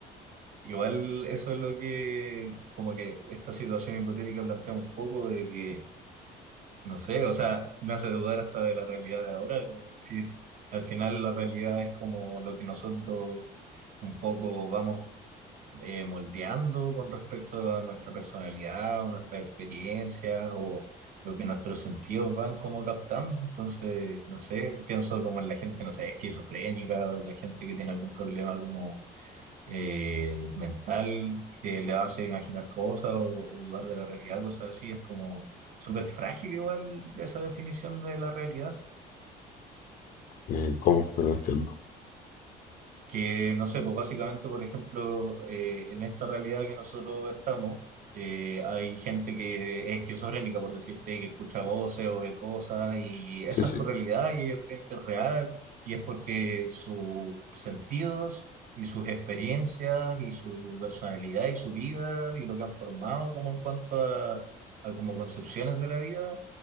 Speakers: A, on the right; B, on the left.
A: Igual eso es lo que, como que esta situación hipotética plantea un poco de que No sé, o sea, me hace dudar hasta de la realidad de ahora, como decir, al final la realidad es como lo que nosotros un poco vamos eh, moldeando con respecto a nuestra personalidad o nuestras experiencias o lo que nuestros sentidos van como captando. Entonces, no sé, pienso como en la gente, no sé, esquizofrénica o en la gente que tiene algún problema como eh, mental que le hace imaginar cosas o, o dudar de la realidad, cosas así. Es como súper frágil igual esa definición de la realidad.
B: Eh, ¿Cómo? No entiendo.
A: que no sé, pues básicamente, por ejemplo, eh, en esta realidad que nosotros estamos, eh, hay gente que es esquizofrénica, por decirte, que escucha voces o ve cosas y esa
B: Sí, sí.
A: es su realidad y ellos creen que es real y es porque sus sentidos y sus experiencias y su personalidad y su vida y lo que han formado como en cuanto a, a como concepciones de la vida